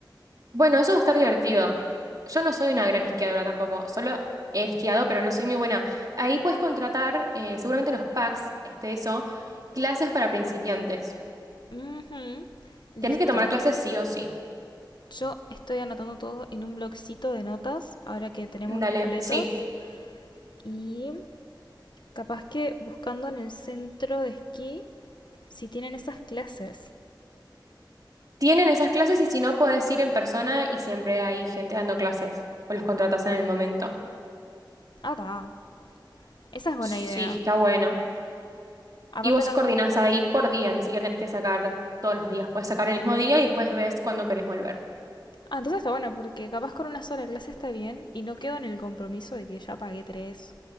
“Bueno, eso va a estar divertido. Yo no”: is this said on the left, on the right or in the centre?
Right